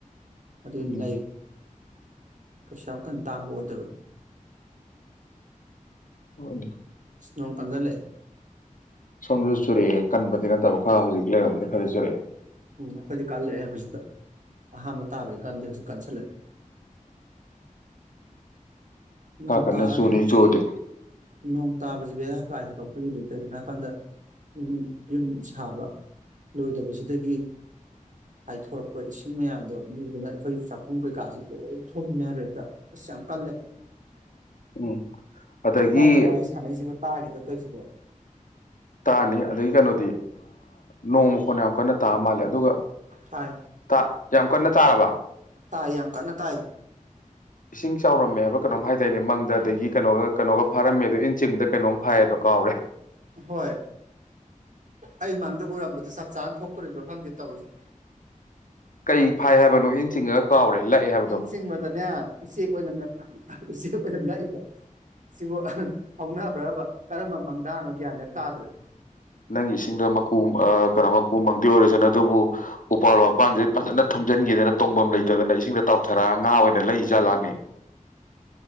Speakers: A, on the right; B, on the left.
A: ꯑꯗꯨ
B: ꯎꯝ
A: ꯂꯩꯥꯏꯨ ꯀꯩꯁ ꯌꯥꯝ ꯀꯟ ꯇꯥꯡꯕ ꯑꯣꯏꯗꯕꯅꯤ
B: ꯍꯣꯏ
A: ꯏꯁꯅꯣꯡ ꯀꯥꯟꯖꯂꯦ
B: ꯁꯣꯝꯗꯁꯨ ꯆꯨꯔꯛꯑꯦ ꯀꯟꯕꯗꯤ ꯅꯠꯇꯕ ꯈꯔ ꯍꯧꯖꯤꯛ ꯂꯩꯔꯝꯝꯕꯗꯤ ꯈꯔꯗꯤ ꯆꯨꯔꯛꯑꯦ
A: ꯎꯝ ꯑꯩꯈꯣꯏꯗꯤ ꯀꯜꯂꯛꯑꯦ ꯍꯧꯖꯤꯛꯇ ꯑꯍꯥꯟꯕ ꯇꯥꯕꯅꯤ ꯀꯥꯟꯗꯤ ꯍꯧꯖꯤꯛ ꯀꯟꯁꯜꯂꯑꯦ ꯅꯣꯡ
B: ꯈꯔꯥ ꯀꯔꯅ
A: ꯇꯥꯔꯒꯗꯤ
B: ꯁꯨꯂꯤ ꯆꯣꯗ
A: ꯅꯣꯡ ꯇꯥꯕꯁꯤ ꯕꯦꯔꯥ ꯀꯥꯏ ꯍꯥꯏꯕ ꯑꯩꯈꯣꯏꯒꯤꯗꯤ ꯀꯩꯒꯤꯅꯣ ꯍꯥꯏꯕꯀꯥꯟꯗ ꯌꯨꯝ ꯌꯨꯝ ꯁꯥꯕ ꯂꯣꯏꯗꯕꯁꯤꯗꯒꯤ ꯍꯥꯏꯥꯏꯊꯣꯔꯛꯄ ꯏꯁꯤꯡ ꯃꯌꯥꯝꯗꯣ ꯃꯤꯗꯨꯅ ꯑꯩꯈꯣꯏ ꯆꯥꯛꯈꯨꯝ ꯀꯩꯀꯥꯁꯦ ꯂꯣꯏ ꯊꯨꯝꯃꯦ ꯍꯥꯏꯕꯦ ꯍꯦꯛꯇ ꯑꯁ ꯌꯥꯝ ꯀꯜꯂꯦ
B: ꯎꯝ
A: ꯑꯩꯈꯣꯏꯕꯥꯅꯤꯅ
B: ꯑꯗꯒꯤ
A: ꯋꯥꯔꯤ ꯁꯥꯟꯅꯩꯁꯤꯕꯨ ꯇꯥꯈꯤꯗ ꯀꯣꯏꯁꯤꯕꯨꯣ
B: ꯇꯥꯅꯤ ꯑꯩ ꯀꯩꯅꯣ ꯅꯣꯡꯃ ꯃꯈꯜ ꯑꯩ ꯀꯣꯏꯅ ꯇꯥꯑ ꯃꯥꯜꯂꯦ ꯑꯗꯨꯒ
A: ꯇꯥꯏ
B: ꯇꯥ ꯌꯥꯝ ꯀꯟꯅ ꯇꯥꯔꯕ
A: ꯇꯥꯏ ꯌꯥꯝ ꯀꯟꯅ ꯇꯥꯏ
B: ꯏꯁꯤꯡ ꯆꯥꯎꯔꯝꯃꯦꯕ ꯀꯩꯅꯣꯝ ꯍꯥꯏꯗꯥꯏꯅꯦ ꯃꯪꯗ ꯑꯗꯒꯤ ꯀꯩꯅꯣꯒ ꯀꯩꯅꯣꯒ ꯐꯥꯔꯝꯃꯦ ꯑꯣ ꯏꯟ ꯆꯤꯡꯗ ꯀꯩꯅꯣꯝ ꯐꯥꯏꯌꯦꯗꯣ ꯀꯥꯎꯔꯦ
A: ꯍꯣꯏ ꯑꯩ ꯃꯪꯗ ꯎꯔꯝꯕꯗꯨ ꯆꯞ ꯆꯥꯅ ꯊꯣꯛꯇꯣꯔꯤꯕ꯭ꯔꯥ ꯈꯪꯗꯦ ꯇꯧꯖ
B: ꯀꯩ ꯐꯥꯏ ꯍꯥꯏꯕꯅꯣ ꯏꯟ ꯆꯤꯡꯉꯒ ꯀꯥꯎꯔꯦ ꯂꯥꯛꯑꯦ ꯍꯥꯏꯕꯗꯣ
A: ꯍ ꯆꯤꯡꯕꯗꯅꯦ ꯎꯆꯦꯛ ꯑꯣꯏꯅ ꯎꯆꯦꯛ ꯂꯛꯏꯕ ꯁꯤꯕꯨ ꯍꯧꯅꯕ꯭ꯔꯕ ꯀꯔꯝꯕ ꯃꯪꯗꯥꯥꯅꯣ ꯒ꯭ꯌꯥꯅꯦ ꯇꯥꯗ꯭ꯔꯦ
B: ꯅꯪꯒꯤ ꯏꯁꯤꯡꯗ ꯃꯀꯨ ꯀꯩꯅꯣ ꯃꯀꯨ ꯃꯪꯗꯤ ꯑꯣꯏꯔꯁꯅ ꯑꯗꯨꯕꯨ ꯎꯄꯥꯜ ꯋꯥꯄꯥꯟꯁꯦ ꯐꯖꯅ ꯊꯨꯝꯖꯩ ꯅꯡꯒꯤ ꯗꯅ ꯇꯣꯡꯐꯝ ꯂꯩꯇꯗꯅ ꯏꯁꯤꯡꯗ ꯇꯥꯎꯊꯔꯛꯒ ꯉꯥ ꯑꯣꯏꯅ ꯂꯩ ꯏꯖ
A: ꯎꯝ
B: ꯂꯃꯦ